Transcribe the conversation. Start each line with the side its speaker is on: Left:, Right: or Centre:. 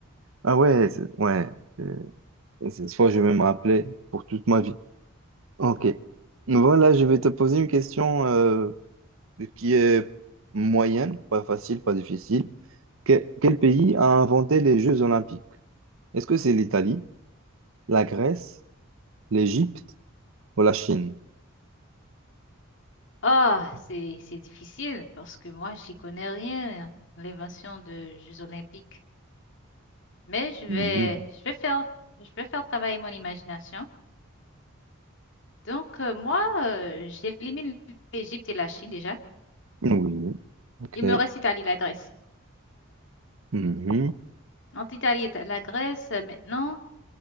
Right: Ah ouais, c'est- ouais. euh, Cette fois, je vais me rappeler pour toute ma vie. Ok. Voilà, je vais te poser une question euh, qui est moyenne, pas facile, pas difficile. Que- quel pays a inventé les Jeux Olympiques? Est-ce que c'est l'Italie, la Grèce, l'Égypte ou la Chine?
Left: Ah, c'est c'est difficile parce que moi, j'y connais rien, hein, l'invention de Jeux olympiques. Mais je vais
Right: Mhm.
Left: je vais faire je vais faire travailler mon imagination. Donc euh, moi, euh, j'élimine l'Égypte et la Chine déjà.
Right: Oui, ok.
Left: Il me reste Italie, la Grèce.
Right: Mhm.
Left: Entre Italie et la Grèce euh, maintenant,